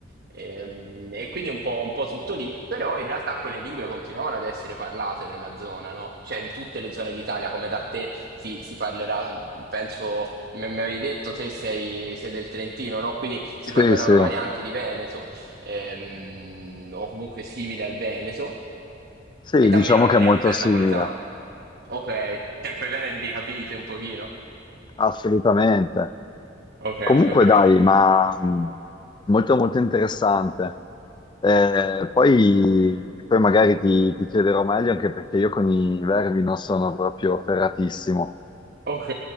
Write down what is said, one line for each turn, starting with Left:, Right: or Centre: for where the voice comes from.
Right: Ehm, E, quindi un po', un po' tutto lì, però in realtà quelle lingue continuavano ad essere parlate nella zona, no? Cioè in tutte le zone d'Italia, come da te si, si parlerà, penso, mi, mi avevi detto, te sei, sei del Trentino, no? Quindi si
Left: Sì,
Right: parlerà
Left: sì.
Right: una variante di Veneto, ehm, o comunque simile al Veneto,
Left: Sì,
Right: e da
Left: diciamo
Right: me una variante
Left: che è molto
Right: del
Left: simile,
Right: napoletano. Ok, cioè coi veneti vi capite un pochino.
Left: assolutamente.
Right: Ok,
Left: Comunque
Right: ok,
Left: dai, ma mh, molto molto interessante. Eh, poi, poi magari ti, ti chiederò meglio anche perché io con i verbi non sono proprio ferratissimo.
Right: ok,